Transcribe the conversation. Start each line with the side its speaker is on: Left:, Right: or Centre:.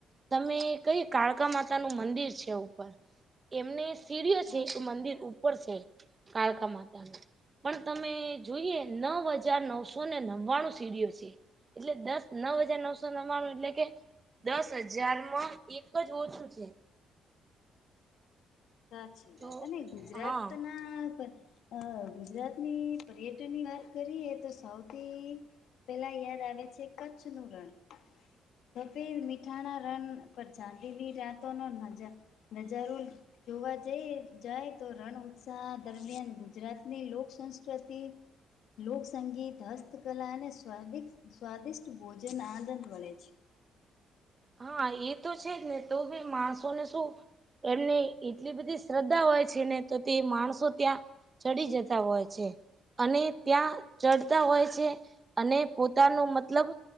Right: તમે કઈ કાળકા માતા નું મંદિર છે ઉપર એમને સીર્ય
Left: સાચી
Right: છે, એ મંદિર
Left: વાત.
Right: ઉપર છે કાળકા માતા નું પણ તમે જોઈએ નવ હજાર નવસોને નવ્વાણું સીડીઓ છે. એટલે દસ, નવ હજાર નવસો નવ્વાણું એટલે કે દસ હજારમાં એક જ ઓછું છે.
Left: સાચી
Right: તો
Left: વાત અને ગુજરાત
Right: હા
Left: ના પર અ ગુજરાતની પર્યટની વાત કરીએ તો સૌથી પેલા યાદ આવે છે કચ્છ નું રણ સફે મીઠાણા રન પર ચાંદવી રાતો નો નજા નજારો જોવા જઈ જાય તો રણ ઉત્સા દરમિયાન ગુજરાતની લોક સંસ્ક્રતિ લોકસંગીત, હસ્તકલા અને સ્વાદિ સ્વાદિષ્ટ ભોજન આનંદ મલે છે.
Right: હા એ તો છે જ ને તો ભી માણસોને શું એમની એટલી બધી શ્રદ્ધા હોય છે ને તો તે માણસો ત્યાં ચડી જતા હોય છે. અને ત્યાં ચડતા હોય છે અને પોતાનું મતલબ